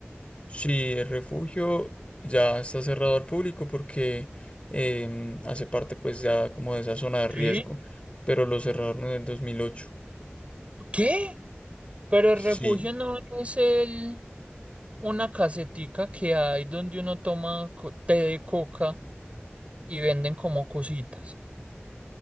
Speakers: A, on the left; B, on the right.
A: Sí, el refugio ya está cerrado al público porque em, hace parte pues ya como de esa zona de riesgo,
B: ¿Sí?
A: pero lo cerraron en el dos mil ocho
B: ¿Qué? Pero el
A: Sí.
B: refugio no es el una casetica que hay donde uno toma co- té de coca y venden como cositas.